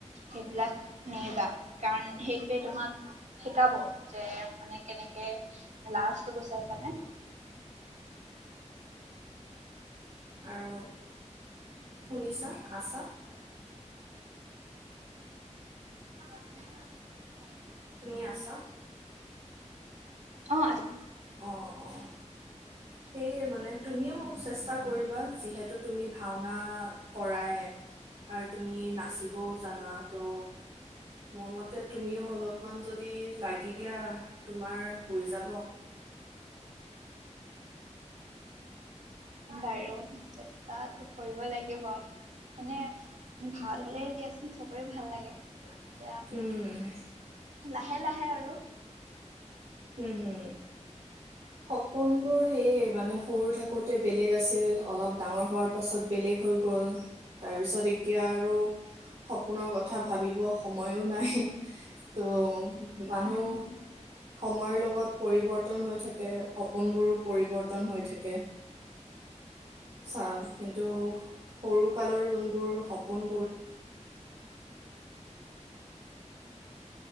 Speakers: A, on the right; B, on the right.
A: সেইবিলাক নেৰিবা কাৰণ সেইটোৱে তোমাক শিকাব যে মানে কেনেকে লাজটো গুচাই পানে।
B: আৰু শুনিছা আচা?
A: <inaudible>
B: তুমি আছা?
A: অ' আছো।
B: অ' অ' সেইে মানে তুমিও চেষ্টা কৰিবা যিহেতু তুমি ভাওনা কৰায় আৰু তুমি নাচিবও জানা ত'। মোৰ মতে তুমিও অলপমান যদি লাগি দিয়া তোমাৰ হৈ যাব।
A: বাৰু চেষ্টাটো কৰিব লাগিব মানে ভাল হলে দিয়াচোন চবৰে ভাল লাগে। এতিয়া
B: উম
A: লাহে -লাহে আৰু,
B: হুম হুম সপোনবোৰ সেয়ে মানে সৰু থাকোতে বেলেগ আছিল। অলপ ডাঙৰ হোৱাৰ পাছত বেলেগ হৈ গল তাৰপিছত এতিয়া আৰু সপোনৰ কথা ভাবিব স সময়ো নাই ত' মানুহ
A: উম।
B: সময়ৰ লগত পৰিৱৰ্তন হৈ থাকে। সপোনবোৰো পৰিৱৰ্তন হৈ থাকে চা কিন্তু সৰু কালৰ যোনবোৰ সপোন